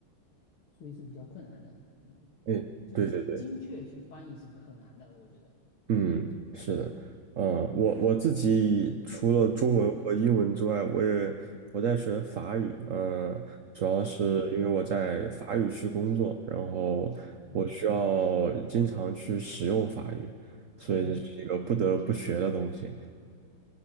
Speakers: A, on the left (about 75°); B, on the right (about 55°).
A: 所以是比较困难的。嗯，
B: 哎，
A: 就是想精确去翻译是不很难的，
B: 对对对，
A: 我觉得。
B: 嗯，是的，嗯，我我自己除了中文和英文之外，
A: 嗯，
B: 我也我在学法语，嗯，主要是因为我在法语区工作，
A: 不错。
B: 然后我需要经常去使用法语，
A: 嗯
B: 所以这是一个不得不学的东西。
A: 嗯，